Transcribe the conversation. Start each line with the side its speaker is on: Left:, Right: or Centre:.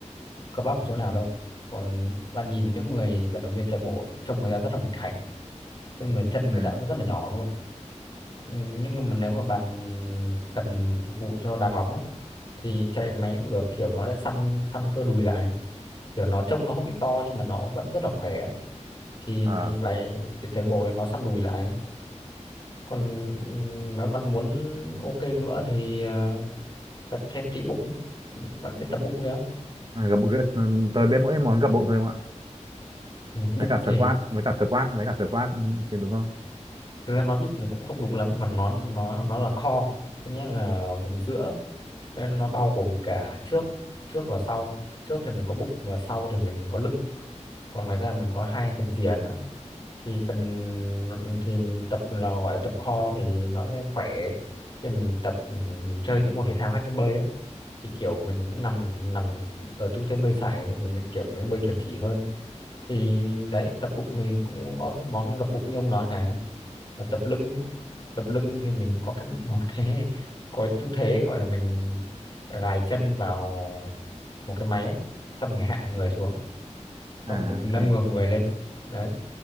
Left: cơ bắp ở chỗ nào đâu còn bạn nhìn những người vận động viên chạy bộ trông người ta rất là mảnh khảnh chứ người chân
Right: ừ.
Left: người ta cũng rất là nhỏ luôn Ừ, nhưng mà nếu mà bạn cần phục vụ cho đá bóng ấy, thì chạy máy cũng được kiểu nó sẽ săn săn cơ đùi lại kiểu nó trông nó không bị to nhưng mà nó vẫn rất là khỏe thì
Right: ờ.
Left: thì bài thì chạy bộ thì nó săn đùi lại còn ừ, nếu bạn muốn ok nữa thì ờ, tập thêm tí bụng Ừ, bạn biết tập bụng nữa
Right: à, gập gập- tôi biết mỗi món gập bụng thôi không ạ
Left: ừ,
Right: với
Left: bụng
Right: cả
Left: thì
Right: squat với cả squat với cả squat ừ, thì đúng không
Left: thực ra nói bụng thì cũng không đúng lắm mà nó nó nó là core có nghĩa là vùng giữa có nghĩa là nó bao gồm cả trước trước và sau trước thì mình có bụng và sau thì mình có lưng còn ngoài ra mình có hai phần rìa nữa thì phần thì mình tập là gọi là tập core thì nó sẽ khỏe khi mà mình tập ừ, chơi những môn thể thao khác như bơi ấy, thì kiểu mình nằm nằm ở tư thế bơi sải mình kiểu mới bơi chuẩn chỉ hơn thì đấy tập bụng thì cũng có cái món gập bụng như ông nói này là tập lưng tập lưng thì mình có cái <laughs> một cái có cái tư thế gọi là mình gài chân vào một cái máy ấy xong mình hạ người xuống xong
Right: à
Left: mình
Right: ok
Left: nâng ngược người lên đấy